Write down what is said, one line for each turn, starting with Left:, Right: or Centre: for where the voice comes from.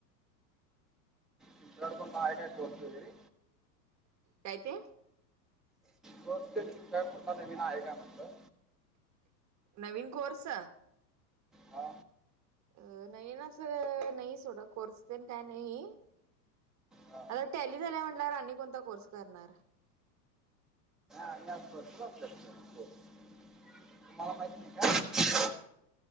Centre: तुमच्यावर कोण आहे काय कोणता वगैरे
Right: काय ते
Centre: कोर्स तर कुठला नवीन आहे का म्हणलं
Right: नवीन कोर्स
Centre: हा
Right: अ नाही ना असं नाही सोडा कोर्स देण काय नाही
Centre: हां
Right: आता टॅली झाल्या म्हटल्यावर आणि कोणता कोर्स करणार
Centre: आणि समजल नाही <inaudible> तुम्हाला माहित नाही का